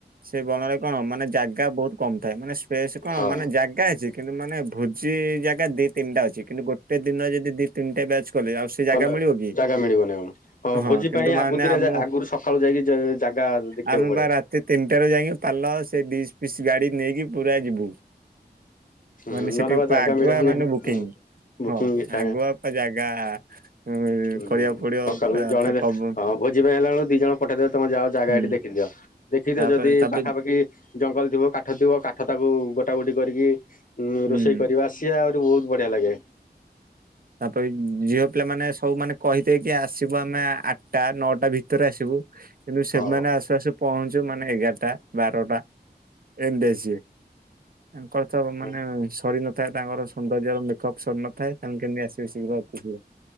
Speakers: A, on the right; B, on the left.
A: ସେ ବଣରେ କଣ ମାନେ ଜାଗା ବହୁତ କମ ଥାଏ ମାନେ ସୂ ଫ୍ରେସ୍ କଣ
B: ହଁ
A: ମାନେ ଜାଗା ଅଛି କିନ୍ତୁ ମାନେ ଭୋଜି ଜାଗା ଦି ତିନିଟା ଅଛି କିନ୍ତୁ ଗୋଟେ ଗୋଟେ ଦିନ ରେ ଦି ତିନଟା ବ୍ୟାଚ କଲେ ଆଉ ସ ସେ ଜାଗା
B: କଲେ
A: ମିଳିବ କି
B: ଜାଗା ମିଳିବନି ଆଉ।
A: ହଁ
B: ଭୋଜି
A: କିନ୍ତୁ
B: ପାଇଁ
A: ମାନେ
B: ଆଗତୁରିଆ
A: ଆମୋ
B: ଯା ଆଗରୁ ସକାଳୁ ଯାଇକି ଜାଗା ଦେଖିବାକୁ
A: ଆମେ
B: ପଡେ।
A: ବା ରାତି ତିନିଟାରୁ ଯାଇକି ପାଲ ସେ ଦିଶ୍ ଫିସ୍ ଗାଡ଼ି ନେଇକି ପୁରା ଯିବୁ।
B: ହୁଁ
A: ମାନେ ସେଠି
B: ନହେଲେ ବା
A: ପା
B: ଜାଗା
A: ଆଗୁଆ
B: ମିଳିବନି
A: ମାନେ ବୁକିଂ
B: ହଁ ବୁକିଂ
A: ହଁ
B: ଜାଗା
A: ଆଗୁଆ ପା ଜାଗା ଏଇ
B: ହୁଁ
A: କରିବାକୁ ପୁରା
B: ସକାଳୁ ଜଣେ
A: ତା କବ
B: ହଁ ଭୋଜି ପାଇଁ ହେଲାବେଳୁକୁ ଦି ଜଣ ପଠେଇଦେବେ ତମେ ଯାଅ ଜାଗା
A: ହୁଁ
B: ଏଠି ଦେଖିଦିଅ। ଦେଖିଥା
A: ତାପରେ
B: ଯଦି
A: ତାପରେ
B: ପାଖାପାଖି ଜଙ୍ଗଲ ଥିବ କାଠ ଥିବ କାଠ ତାକୁ ଗୋଟା ଗୋଟି କରିକି ଉଁ
A: ହୁଁ।
B: ରୋଷେଇ କରିବା। ସିଏ ଆହୁରି ବହୁତ ବଢିଆ ଲାଗେ।
A: ତାପରେ ଝିଅ ପିଲାମାନେ ସବୁ ମାନେ କହିଦେଇକି ଆସିବୁ ଆମେ ଆଠଟା ନଅଟା ଭିତରେ ଆସିବୁ କିନ୍ତୁ ସେମାନେ
B: ହଁ
A: ଆସୁ ଆସୁ ପହଞ୍ଚୁ ମାନେ ଏଗାରଟା ବାରଟା ଏମିତି ଆସିବେ। ତାଙ୍କର ତ
B: ହଁ
A: ମାନେ ସରି ନଥାଏ ତାଙ୍କର ସୌନ୍ଦର୍ଯ୍ୟ ଆଉ ମେକପ ସରି ନଥାଏ ତାଙ୍କ କେମିତି ଆସିବେ ଶୀଘ୍ର ଆସିବୁ।